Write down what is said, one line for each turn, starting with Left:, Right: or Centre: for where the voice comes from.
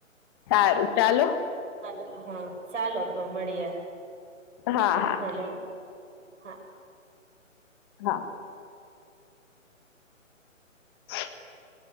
Left: સારું ચાલો
Right: હાલો હા ચાલો તો મળીએ
Left: હા હા
Right: હલો હા
Left: હા <inaudible>